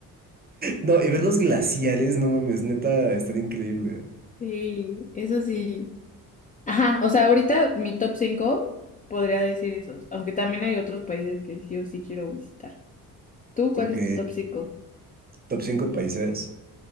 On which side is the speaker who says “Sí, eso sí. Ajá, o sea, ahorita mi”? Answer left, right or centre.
Left